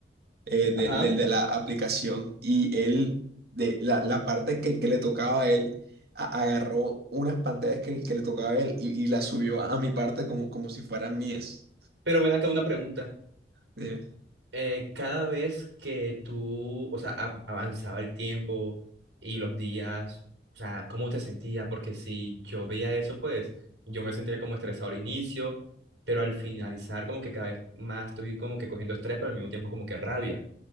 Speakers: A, on the right; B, on the right.
A: eh, de,
B: Ajá.
A: de- de la aplicación y él, de la, la parte que, que le tocaba a él, a- agarró unas pantallas que, que le tocaba a él y, y las subió a, a mi parte como, como si fueran mías.
B: Pero ven acá una pregunta.
A: ¿sí?
B: eh, cada vez que tú, o sea, a- avanzaba el tiempo y los días, o sea, ¿cómo te sentías? Porque si yo veía eso, pues yo me sentía como estresado al inicio, pero al finalizar como que cada vez más estoy como que cogiendo estrés, pero al mismo tiempo como que rabia.